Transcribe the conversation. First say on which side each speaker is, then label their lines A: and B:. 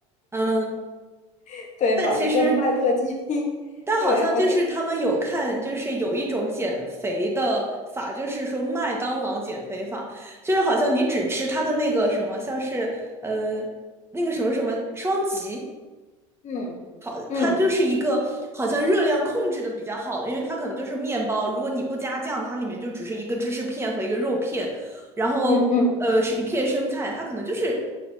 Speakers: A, on the right; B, on the left.
A: 嗯，
B: <laughs> 对，
A: 但其实，
B: 买一个麦乐鸡，<laughs>
A: 但好像就是他们有看，
B: 对我就
A: 就是有一种减肥的法，就是说麦当劳减肥法，就是好像你只吃它的那个什么，像是呃那个什么什么双极。
B: 嗯嗯
A: 好，它就是一个好像热量控制的比较好的，因为它可能就是面包，如果你不加酱，它里面就只是一个芝士片和一个肉片，然后呃是一片生菜，
B: 嗯嗯。
A: 它可能就是